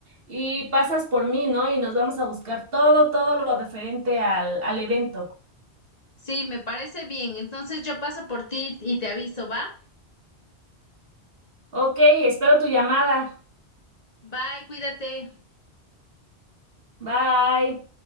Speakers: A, on the right; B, on the left.
A: y pasas por mí, ¿no? Y nos vamos a buscar todo, todo lo referente al, al evento.
B: Sí, me parece bien. Entonces yo paso por ti y te aviso, ¿va?
A: Ok, espero tu llamada.
B: Bye, cuídate.
A: Bye.